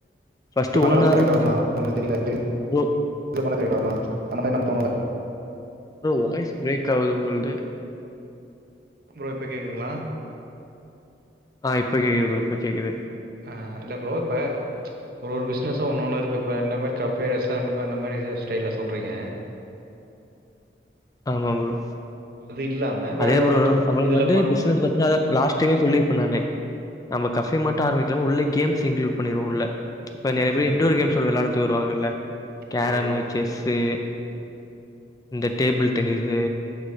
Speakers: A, on the left; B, on the right.
A: ஃபர்ஸ்ட்டு
B: இதுல பண்ணா
A: ஒன்னு
B: நமக்கு
A: ஆரம்பிச்சு
B: கரெக்டா வருமா நம்மளுக்கு தெரியல சரி,
A: ஒ
B: இதுல பண்ணா கரெக்டா வருமா அந்த மாதிரி நம்ம தோணல
A: ப்ரோ வாய்ஸ் பிரேக் ஆகுது உங்ள்து
B: ப்ரோ இப்ப கேக்குதுங்ளா
A: ஆஹ் இப்பகேக்குது ப்ரோ இப்பகேக்குது
B: ஆஹ் இல்ல ப்ரோ இப்ப ஒரு பிசினஸு ஒன்னு ஒன்னு இருக்கு இப்ப என்ன மாரி கஃபே ரெஸ்டாரன்ட் அந்த மாரி ஸ்டெய்ல்ல சொல்றீங்க
A: ஆமா ப்ரோ
B: இல்லாமல்
A: அதே
B: வேறு
A: ப்ரோ
B: ஏதாச்சும்
A: நம்ளுக்கு
B: இதில்
A: வந்து
B: பண்
A: பிசினஸ் பாத்தீங்னா அதா லாஸ்ட் டைமே சொல்லிருப்பேனே நானு நம்ப கஃபே மட்டு ஆரம்பிக்காம உள்ளே கேம்ஸ் இன்க்ளூட் பண்ணிருவோ உள்ள இப்ப
B: ம்
A: நெறைய பேர் இண்டோர் கேம்ஸ் வெளாட த்து வருவாங்கல கேரமு
B: கண்டிப்பாக ப்ரோ
A: செஸ்ஸு இந்த டேபிள் டென்னிஸு